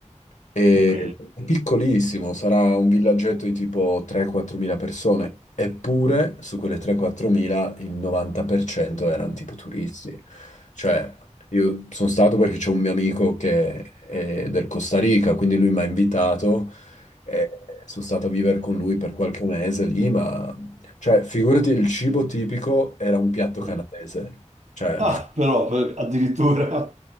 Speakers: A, on the left; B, on the right.
A: E-
B: Ok.
A: è piccolissimo, sarà un villaggetto di tipo 3-4 mila persone, eppure su quelle 3-4 mila il 90% erano tipo turisti. Cioè, io sono stato perché c'è un mio amico che è del Costa Rica, quindi lui mi ha invitato e sono stato a vivere con lui per qualche mese lì, ma cioè, figurati, il cibo tipico era un piatto canadese.
B: Mhm.
A: Cioè,
B: Ah, però per- addirittura.